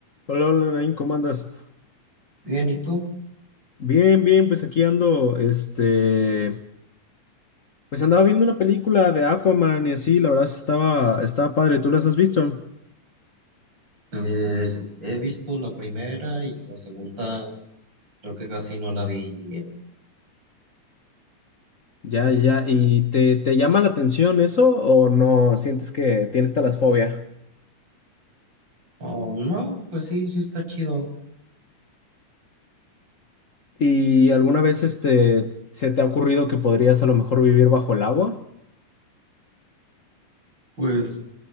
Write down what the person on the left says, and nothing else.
Hola, hola, Nain, ¿cómo andas?
Bien, bien, pues aquí ando, este, pues andaba viendo una película de Aquaman y así, la verdad estaba, estaba padre, ¿tú las has visto?
Ya, ya, ¿y te, te llama la atención eso o no sientes que tienes talasfobia?
¿Y alguna vez, este, se te ha ocurrido que podrías a lo mejor vivir bajo el agua?